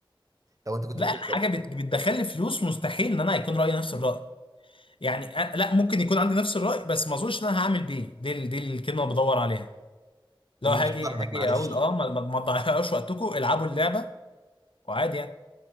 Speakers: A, on the right; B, on the left.
A: لو انت كنت
B: لا
A: بتقبض
B: حاجه بت- بتدخل لي فلوس مستحيل ان انا هيكون رايي نفس الراي يعني أنا لا ممكن يكون عندي نفس الرأي بس ما اظنش ان انا هعمل بيه دي ال- دي الكلمه اللي بدور عليها لو
A: مش
B: هاجي
A: فاهمك
B: هاجي
A: معلش
B: اقول اه ما ما- ما تضيعوش وقتكم العبوا اللعبه وعادي يعني